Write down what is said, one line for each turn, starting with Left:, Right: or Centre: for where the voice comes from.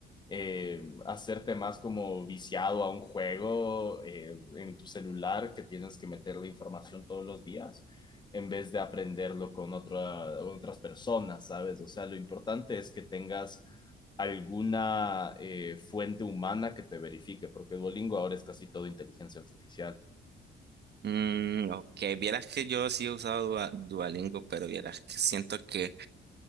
Left: eh, hacerte más como viciado a un juego eh, en tu celular que tienes que meterle información todos los días en vez de aprenderlo con otra, otras personas, ¿sabes? O sea, lo importante es que tengas alguna eh, fuente humana que te verifique, porque Duolingo ahora es casi todo inteligencia artificial.
Right: Mm, ok, vieras que yo sí he usado Dua- Duolingo, pero vieras que siento que